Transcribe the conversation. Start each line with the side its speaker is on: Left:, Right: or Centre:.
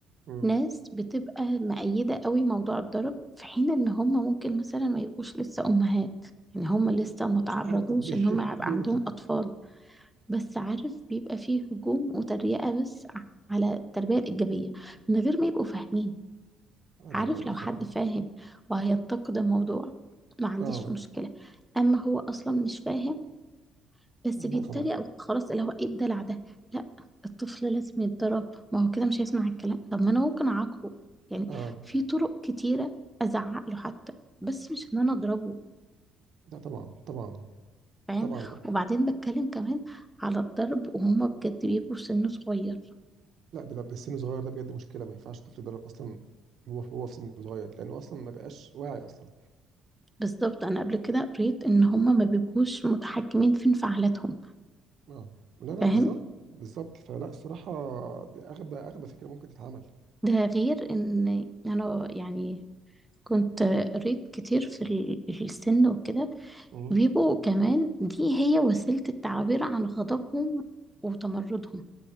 Right: مم.
Centre: ناس بتبقى مؤيدة قوي موضوع الضرب في حين ان هم ممكن مثلا ما يبقوش لسه امهات يعني هم لسه ما
Right: مش
Centre: تعرضوش
Right: عارف طب
Centre: ان هم يبقى
Right: ليه
Centre: عندهم
Right: <laughs>
Centre: اطفال بس عارف بيبقى فيه هجوم وتريقة بس ع- على التربية الإيجابية من غير ما يبقوا فاهمين
Right: آه لا
Centre: عارف
Right: لا لا لا
Centre: لو
Right: طبعا
Centre: حد فاهم وهينتقد الموضوع ما عنديش
Right: اه
Centre: مشكلة أما هو أصلا مش فاهم بس
Right: لا
Centre: بيتريق
Right: طبعا
Centre: خلاص اللي هو إيه الدلع ده لا الطفل لازم يتضرب ما هو كده مش هيسمع الكلام طب ما أنا ممكن أعاقبه يعني
Right: اه
Centre: في طرق كتيرة أزعق له حتى بس مش إن أنا أضربه
Right: لا طبعا طبعا
Centre: فاهم
Right: طبعا لا
Centre: وبعدين بتكلم كمان على الضرب وهما بجد بيبقوا سن صغير
Right: لا بلا- السن الصغير ده بجد مشكله ما ينفعش الطفل يتدرب اصلا هو هو في سن صغير لانه اصلا ما بقاش واعي اصلا
Centre: بالضبط، أنا قبل كده قريت إن هم ما بيبقوش متحكمين في انفعالاتهم،
Right: اه لا لا
Centre: فاهم؟
Right: بالظبط بالظبط فلا الصراحه دي اغبى اغبى فكره ممكن تتعمل
Centre: ده غير إن أنا يعني كنت قريت كتير في ال- في السن وكده
Right: مم.
Centre: بيبقوا كمان دي هي وسيلة التعبير عن غضبهم وتمردهم